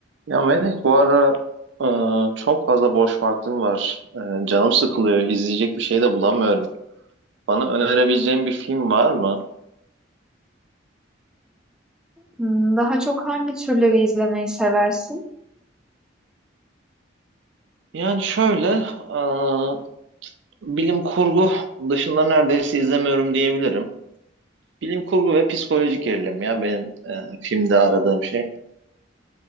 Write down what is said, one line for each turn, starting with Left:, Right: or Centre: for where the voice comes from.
Right: Ya Melek bu ara e, çok fazla boş vaktim var. E, canım sıkılıyor. İzleyecek bir şey de bulamıyorum. Bana önerebileceğin bir film var mı?
Centre: Hımm, daha çok hangi türleri izlemeyi seversin?
Right: Yani şöyle e, bilim kurgu dışında neredeyse izlemiyorum diyebilirim. Bilim kurgu ve psikolojik gerilim ya benim e, filmde aradığım şey.